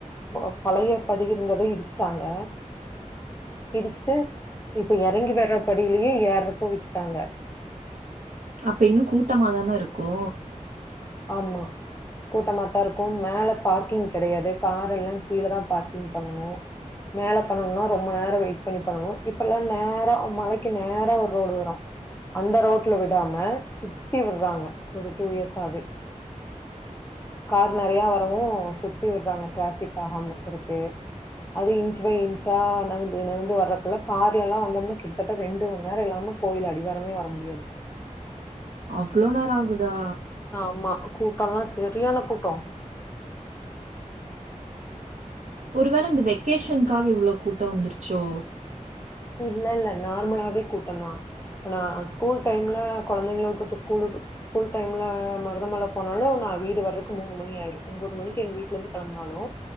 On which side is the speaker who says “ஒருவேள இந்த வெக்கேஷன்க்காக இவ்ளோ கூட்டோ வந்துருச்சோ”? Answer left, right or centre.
Right